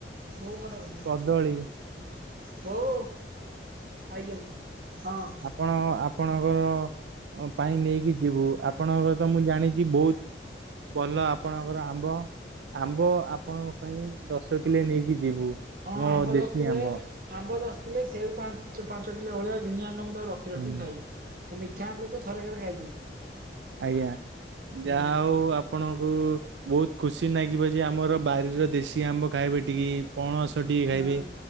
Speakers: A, on the right; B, on the right.
A: ବୋଉ କଣ ଡାକୁଛନ୍ତି
B: କଦଳୀ
A: ବୋଉ ଆଇଚନ୍ତି ହଁ।
B: ଆପଣ ଆପଣଙ୍କର ପାଇଁ ନେଇକି ଯିବୁ ଆପଣଙ୍କର ତ ମୁଁ ଜାଣିଚି ବହୁତ ଭଲ ଆପଣଙ୍କର ଆମ୍ବ। ଆମ୍ବ ଆପଣଙ୍କ ପାଇଁ ଦଶ କିଲେ ନେଇକି ଯିବୁ
A: ହଁ
B: ଆମ
A: ଆମ୍ବ ଦଶ
B: ଦେଶୀ
A: କିଲେ
B: ଆମ୍ବ।
A: ଆମ୍ବ ଦଶ କିଲେ ସେଉ ପାଞ୍ଚ ପାଞ୍ଚ କିଲୋ ଭଳିଆ ଘିନିଆନୁନ ମୁଁ ତାକୁ ରଖି ରଖି
B: ହୁଁ
A: ଖାଇବି। ମିଠା ଆଣିଲେ ତ ଥର କରେ ଖାଇଦେବି।
B: ଆଜ୍ଞା
A: ହୁଁ
B: ଯାହା ହଉ ଆ ପଣଙ୍କୁ ବହୁତ ଖୁସି ନାଗିବ ଯେ ଆମର ବାରିର ଦେଶୀ ଆମ୍ବ କାଇବେ ଟିକେ ପଣସ ଟିକେ ଖାଇବେ
A: ହୁଁ।